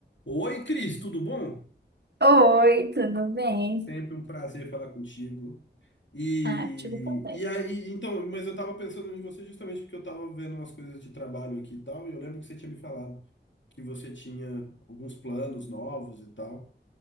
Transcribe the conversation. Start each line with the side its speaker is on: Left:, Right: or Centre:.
Left: Oi, Cris, tudo bom?
Right: Oi, tudo bem?
Left: Sempre um prazer falar contigo. E,
Right: Ah, tudo também.
Left: e aí, então, mas eu tava pensando em você justamente porque eu tava vendo umas coisas de trabalho aqui e tal, e eu lembro que você tinha me falado que você tinha alguns planos novos e tal.